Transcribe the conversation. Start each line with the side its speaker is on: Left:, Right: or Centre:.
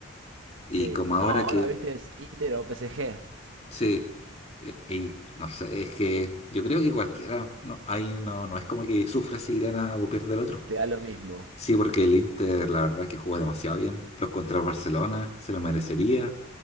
Left: Y
Right: Sí,
Left: como ahora
Right: no, ahora
Left: que
Right: viste es Inter o PSG,
Left: Sí, e- y, no sé, es que yo creo que cualquiera, no, ahí no, no es como que sufra si gana o pierde el otro.
Right: te da lo mismo.
Left: Sí, porque el Inter, la verdad que jugó demasiado bien. Los contra el Barcelona se lo merecería.